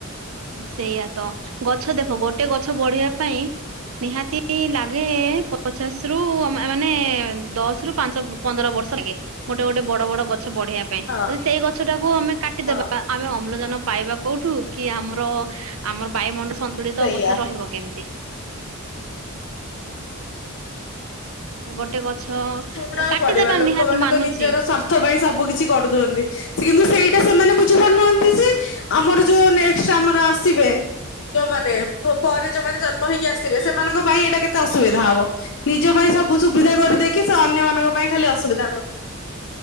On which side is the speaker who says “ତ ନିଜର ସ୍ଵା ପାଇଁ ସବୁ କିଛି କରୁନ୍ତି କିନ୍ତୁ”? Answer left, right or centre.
Left